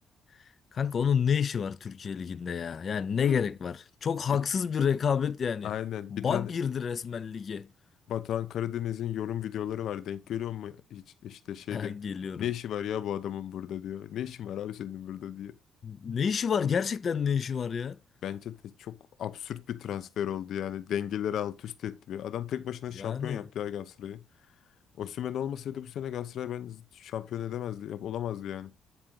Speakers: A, on the left (about 45°); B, on the left (about 70°).
A: <laughs> Kanka onun ne işi var Türkiye Ligi'nde ya? Yani ne
B: Değil
A: gerek
B: mi?
A: var? Çok haksız
B: Bir-
A: bir rekabet yani.
B: aynen.
A: Bak
B: Bir tane
A: girdi resmen lige. <laughs>
B: Batuhan Karadeniz'in yorum videoları var. Denk görüyor mu? Hiç işte şey
A: Ya
B: diyor.
A: Geliyorum.
B: Ne işi var ya bu adamın burada diyor. Ne işin var abi senin burada diyor.
A: Ne işi var? Gerçekten ne işi var ya?
B: Bence de çok absürt bir transfer oldu yani. Dengeleri alt üst etti. Ve Adam tek başına
A: Yani
B: şampiyon yaptı ya Galatasaray'ı. Osimhen olmasaydı bu sene Galatasaray ben şampiyon edemezdi. Yap, olamazdı yani.